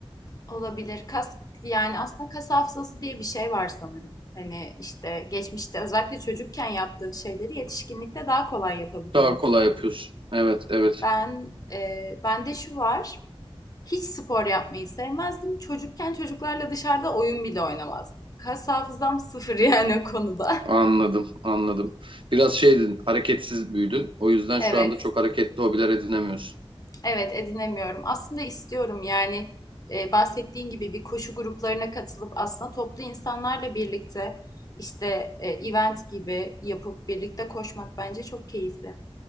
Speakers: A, on the left (about 40°); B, on the right (about 55°).
A: Olabilir. Kas yani aslında kas hafızası diye bir şey var sanırım. Hani işte geçmişte özellikle çocukken yaptığın şeyleri yetişkinlikte daha kolay yapabiliyormuşsun.
B: Daha kolay yapıyorsun. Evet, evet.
A: Ben eee, bende şu var. Hiç spor yapmayı sevmezdim. Çocukken çocuklarla dışarıda oyun bile oynamazdım. Kas hafızam sıfır <laughs> yani o konuda.
B: Anladım,
A: <laughs>
B: anladım. Biraz şeydin, hareketsiz büyüdün. O yüzden
A: Evet.
B: şu anda çok hareketli hobiler edinemiyorsun.
A: Evet edinemiyorum. Aslında istiyorum yani e, bahsettiğin gibi bir koşu gruplarına katılıp aslında toplu insanlarla birlikte işte e, event gibi yapıp birlikte koşmak bence çok keyifli.